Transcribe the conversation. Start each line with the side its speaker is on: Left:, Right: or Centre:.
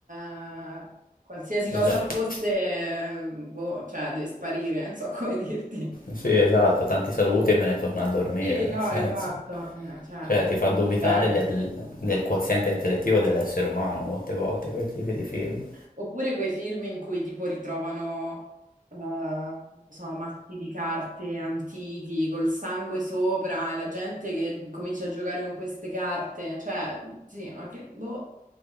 Right: eh, qualsiasi cosa
Left: esatto.
Right: fosse, eh, boh, cioè, deve sparire, non so <laughs> come dirti.
Left: Sì, esatto, tanti saluti e me ne torno a dormire,
Right: Sì, no,
Left: nel senso.
Right: esatto, eh, cioè,
Left: Cioè ti fa
Right: tutto
Left: dubitare
Right: bene.
Left: del, del quoziente intellettivo dell'essere umano molte volte quel tipo di film.
Right: Oppure quei film in cui tipo ritrovano, eh, non so, mazzi di carte antichi col sangue sopra e la gente che comincia a giocare con queste carte, cioè, sì, ma che, boh,